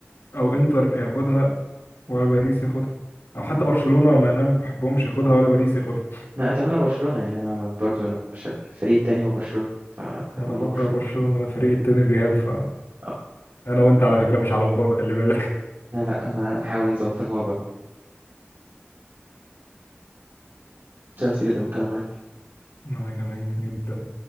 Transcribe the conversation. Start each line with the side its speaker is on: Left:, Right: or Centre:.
Left: او انتر ياخدها ولا باريس ياخدها او حتى برشلونه ولا انا ما بحبهمش ياخدها ولا باريس ياخدها
Right: انا اتمنى برشلونة يعني انا برضو انا مش الفريق التاني هو برشلونة ف-
Left: ما
Right: فاتمنى
Left: انا بكره
Right: برشلونة
Left: برشلونه انا فريق التاني الريال ف
Right: آه.
Left: انا وانت على فكره مش على وفاق خلي بالك
Right: لا لا انا هنحاول نظبط الموضوع شرفت جدا بالكلام معاك
Left: <laughs> انا كمان جدا